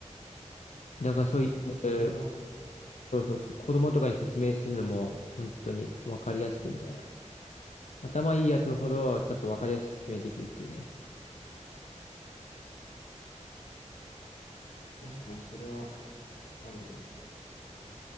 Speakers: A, on the left; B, on the left.
A: だからそういう、
B: ない。確かに。それは、
A: そうそう、子供とかに説明するのも本当にわかりやすくみたいな。頭いいやつほどちょっとわかりやすく説明できるっていうね。
B: 確かにそれはあるね。